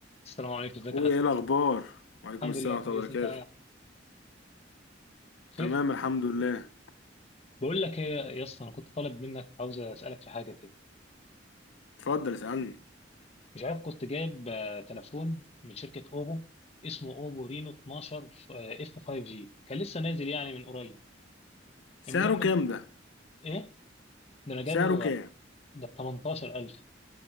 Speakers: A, on the left (about 35°); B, on the left (about 80°).
A: السلام عليكم ازيك
B: اخويا
A: يا حسن
B: ايه الاخبار وعليكم
A: الحمد
B: السلام
A: لله كويس
B: ورحمه الله وبركاته
A: انت خير
B: تمام الحمد لله
A: بقول لك ايه يا اسطى انا كنت طالب منك عاوز اسالك في حاجه كده
B: اتفضل اسالني
A: مش عارف كنت جايب آه، تليفون من شركه اوبو اسمه اوبو رينو 12 اف 5 جي كان لسه نازل يعني من قريب المهم
B: سعره
A: ج-
B: كام ده
A: ايه ده انا جابه
B: سعره كام
A: آه، ده ب 18000